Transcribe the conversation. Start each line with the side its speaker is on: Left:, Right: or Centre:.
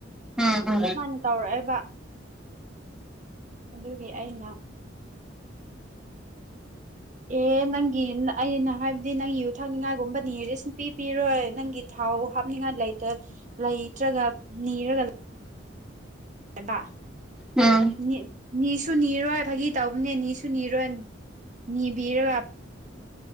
Centre: ꯎꯝ ꯎꯝ
Right: ꯁꯨꯃꯥꯏꯅ ꯇꯧꯔꯛꯑꯦꯕ ꯑꯗꯨꯒꯤ ꯑꯩꯅ ꯑꯦ ꯅꯪꯒꯤ ꯑꯩꯅ ꯍꯥꯏꯕꯗꯤ ꯅꯪ ꯌꯨ ꯊꯥꯛꯅꯤꯡꯉꯥꯏꯒꯨꯝꯕꯅꯤꯗꯤ ꯁꯨꯡꯄꯤ ꯄꯤꯔꯣꯏ ꯅꯪꯒꯤ ꯊꯥꯎ ꯍꯥꯞꯅꯤꯡꯉꯥꯏ ꯂꯩꯇ ꯂꯩꯇ꯭ꯔꯒ ꯅꯤꯔꯒ ꯍꯥꯏꯕ
Centre: ꯎꯝ
Right: ꯃꯤ ꯅꯤꯁꯨ ꯅꯤꯔꯣꯏ ꯐꯥꯒꯤ ꯇꯧꯕꯅꯦ ꯅꯤꯁꯨ ꯅꯤꯔꯣꯏ ꯅꯤꯕꯤꯔꯒ